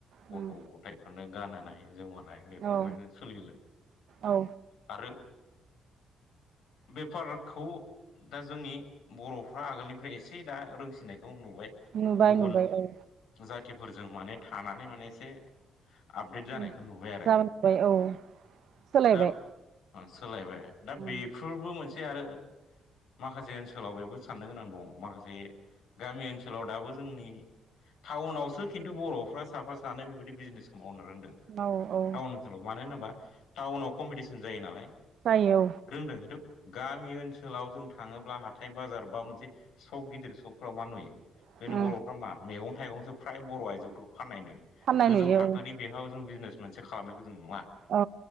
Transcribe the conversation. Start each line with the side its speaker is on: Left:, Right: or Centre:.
Left: गथ'
Right: उम
Left: गथाइफोरनो गानहोनाय जोमहोनाय बेफोरबायदिनो
Right: औ
Left: सोलि
Right: औ
Left: आरो बेफारखौ दा जोंनि बर' फ्रा आगोलनिफ्राय एसे दा रोंसिननायखौ नुबाय,
Right: नुबाय
Left: गुबुन
Right: नुबाय औ
Left: जाथिफोरजों माने थानानै माने एसे आपडेट
Right: उम
Left: जानायखौ नुबाय आरो।
Right: जाबाय औ सोलायबाय
Left: दा उम सोलायबाय, दा
Right: उम
Left: बेफोरबो मोनसे आरो माखासे ओनसोलाव बेबो साननो गोनां दङ माखासे गामि ओनसोलाव दाबो जोंनि टाउनावसो खिन्थु बर'फ्रा साफा सानै बेबायदि बिजनेसखौ मावनो रोंदों,
Right: औ औ
Left: टाउन ओनसोलाव, मानो होनोबा टाउनाव कम्पिटिसन जायो नालाय।
Right: जायो
Left: रोंदों खिन्थु गामि ओनसोलाव जों थाङोब्ला हाथाय बाजार बा मोनसे सक गिदिर सखफ्राव मा नुयो?
Right: औ
Left: जोंनि
Right: उम
Left: बर'फ्रा मा मैगं थाइगंसो फ्राय बर' आइजोफोरखौ फाननाय नुयो।
Right: फाननाय
Left: गोजौ
Right: नुयो
Left: थाखोनि बेहाव जों बिजनेस मोनसे खालामनायखौ जों नुवा।
Right: औ